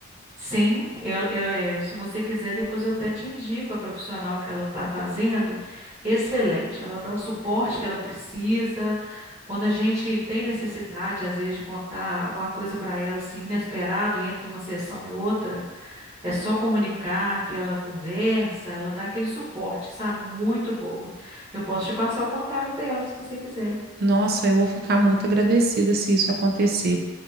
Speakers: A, on the right; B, on the right.
A: Sim, eu, eu, eh, se você quiser, depois eu até te indico a profissional que ela está fazendo. Excelente, ela dá o suporte que ela precisa. Quando a gente tem necessidade, às vezes, de contar alguma coisa para ela, assim, inesperado, entre uma sessão e outra, é só comunicar que ela conversa, ela dá aquele suporte, sabe? Muito boa. Eu posso te passar o contato dela, se você quiser.
B: Nossa, eu vou ficar muito agradecida se isso acontecer.